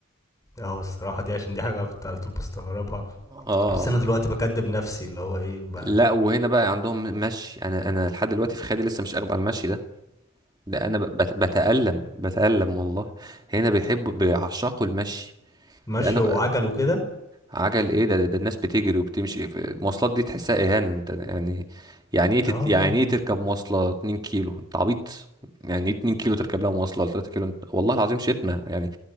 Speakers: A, on the left; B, on the right.
A: اه الصراحه دي عشان دي حاجه أنا كنت على طول بستغربها
B: اه
A: بس انا دلوقتي بكدب نفسي اللي هو ايه ب-
B: لا وهنا بقى عندهم مشي انا انا لحد دلوقتي في خيالي لسه مش اخد على المشي ده ده انا ب- بت- بتألم بتألم والله هنا بيحبوا بيعشقوا المشي
A: ماشيه
B: ده انا
A: وعجل وكده
B: عجل ايه ده, ده, ده الناس بتجري وبتمشي في المواصلات دي تحسها اهانة انت يعني يعني ايه تت
A: اه
B: يعني ايه تركب مواصلة 2 كيلو انت عبيط يعني ايه 2 كيلو تركب لها مواصلة ولا 3 كيلو انت والله العظيم شتمة يعني